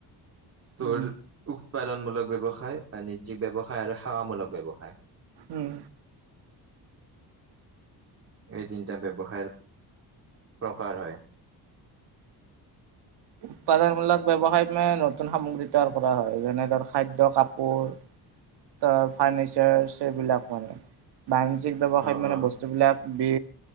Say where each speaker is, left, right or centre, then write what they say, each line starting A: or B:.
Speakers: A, on the right; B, on the right.
A: তোৰ
B: উম
A: উৎপাদনমূলক ব্যৱসায় বাণিজ্যিক ব্যৱসায় আৰু সেৱামূলক ব্যৱসায়।
B: উম
A: এই তিনিটা ব্যৱসায়ৰ প্ৰকাৰ হয়।
B: উৎপাদনমূলক ব্যৱসায় মানে নতুন সামগ্ৰী তৈয়াৰ কৰা হয় যেনে ধৰ খাদ্য কাপোৰ ত ফাৰ্ণিচাৰ এইবিলাক মানে, বাণিজ্যিক ব্যৱসায়ত
A: অ',
B: মানে
A: অ',
B: বস্তুবিলাক। বি